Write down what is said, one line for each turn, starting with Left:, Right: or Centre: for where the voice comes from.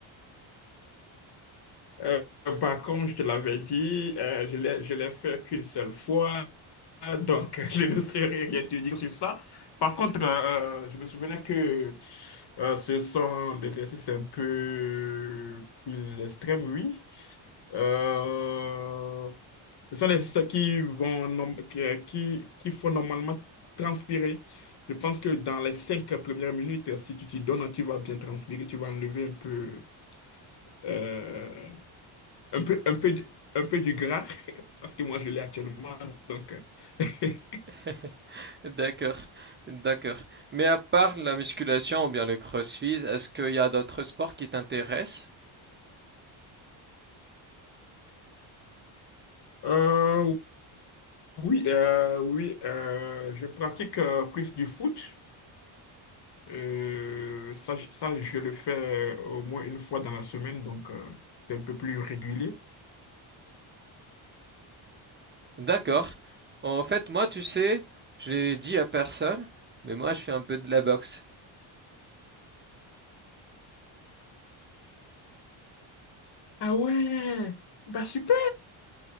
Left: Euh, par contre, je te l'avais dit, euh, je l'ai, je l'ai fait qu'une seule fois, donc <laughs> je ne saurais rien te dire sur ça. Par contre, euh, euh, je me souvenais que euh, ce sont des exercices un peu plus extrêmes, oui. Euh, ce sont des exercices qui vont, nom- qui, euh, qui qui font normalement transpirer. Je pense que dans les cinq premières minutes, si tu t'y donnes, tu vas bien transpirer, tu vas enlever un peu. euh, un peu, un peu, du un peu du gras, <laughs> parce que moi je l'ai actuellement. Donc, <laughs>
Right: <laughs> D'accord, d'accord. Mais à part la musculation ou bien le CrossFit, est-ce qu'il y a d'autres sports qui t'intéressent?
Left: euh, oui, euh, oui, euh, je pratique euh, plus du foot. Euh, ça, je- ça, je le fais euh, au moins une fois dans la semaine, donc euh, c'est un peu plus régulier.
Right: D'accord. En fait, moi, tu sais, je l'ai dit à personne, mais moi, je fais un peu de la boxe.
Left: Ah ouais, bah super,